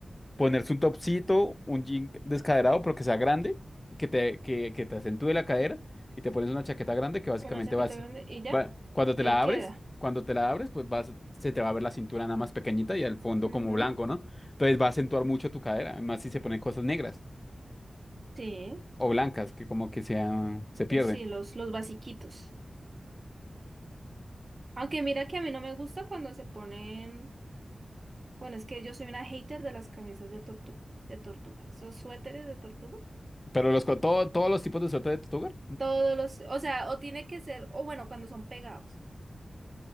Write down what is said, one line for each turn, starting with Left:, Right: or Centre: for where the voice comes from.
Left: ponerse un topcito, un jean descaderado, pero que sea grande, que te, que, que te acentúe la cadera y te pones una chaqueta grande que básicamente
Right: Una chaqueta
Left: va a ser-
Right: grande y ya,
Left: va- cuando te
Right: y
Left: la
Right: ahí queda.
Left: abres, cuando te la abres, pues vas, se te va a ver la cintura nada más pequeñita y al fondo
Right: Ujú,
Left: como blanco, ¿no? Entonces va a acentuar mucho tu cadera, además si se ponen cosas negras
Right: Sí,
Left: o blancas, que como que sea, se pierde.
Right: sí, los, los basiquitos. Aunque mira que a mí no me gusta cuando se ponen, bueno, es que yo soy una hater de las camisas de tortuga, de tortuga, esos suéteres de tortuga.
Left: Pero los, co- todo- todos los tipos de suerte de tu hogar,
Right: Todos los, o sea, o tiene que ser, o bueno, cuando son pegados,